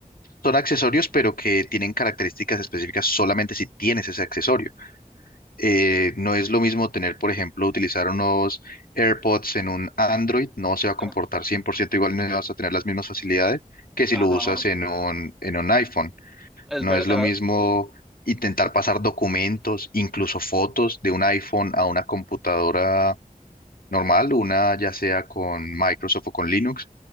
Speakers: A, on the left; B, in the centre.
A: Son accesorios, pero que tienen características específicas solamente si tienes ese accesorio. Eh, no es lo mismo tener, por ejemplo, utilizar unos AirPods en un Android, no se va a comportar
B: Ajá.
A: 100% igual, no vas a tener las mismas facilidades que si
B: Ajá.
A: lo usas en un, en un iPhone.
B: Es
A: No
B: verdad,
A: es lo mismo intentar pasar documentos, incluso fotos de un iPhone a una computadora normal, una ya sea con Microsoft o con Linux,